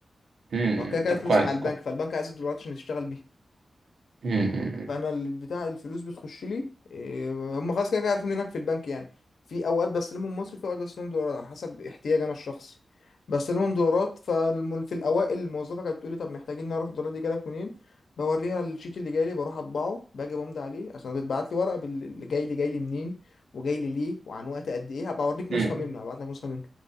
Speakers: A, on the right (about 75°); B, on the left (about 85°).
A: أمم،
B: ما هو كده كده
A: طب
B: الفلوس
A: كويس
B: مع البنك
A: كويس
B: فالبنك عايز الدولارات عشان يشتغل بيها
A: امم أمم،
B: فانا بتاع الفلوس بتخش لي إيه، هم خلاص كده كده عارفين هناك في البنك يعني في اوقات بستلمهم مصري في اوقات بستلمهم دولارات على حسب احتياج انا الشخصي بستلمهم دولارات ففي الاوائل الموظفه كانت بتقولي طب محتاجين نعرف الدولارات دي جالك منين بوريها الشيت اللي جاي لي بروح اطبعه باجي بمضي عليه عشان بتبعت لي ورقه بال- اللي جاي لي جاي لي منين وجاي لي ليه وعن وقت قد ايه هبقى اوريك نسخه
A: أمم.
B: منه هبعت لك نسخه منه